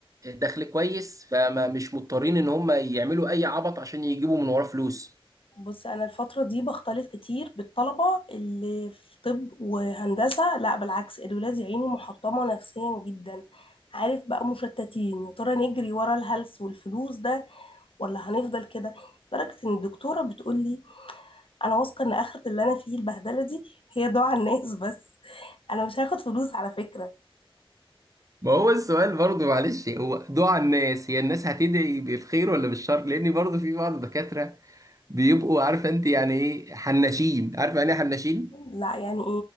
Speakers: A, on the right; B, on the left.
A: آه، دخل كويس فما مش مضطرين ان هم يعملوا اي عبط عشان يجيبوا من وراه فلوس
B: بص انا الفتره دي بختلط كتير بالطلبه اللي في طب وهندسه لا بالعكس الولاد يا عيني محطمه نفسيا جدا عارف بقى مشتتين يا ترى نجري ورا الهلس والفلوس ده ولا هنفضل كده لدرجه ان الدكتوره بتقول لي انا واثقه ان اخره اللي انا فيه البهدله دي هي دعاء الناس بس انا مش هاخد فلوس على فكره
A: ما هو السؤال برضه معلش هو دعاء الناس هي الناس هتدعي بالخير ولا بالشر لان برضه في بعض الدكاترة بيبقوا عارفه انت يعني ايه حناشين عارفه يعني ايه حناشين
B: لا يعني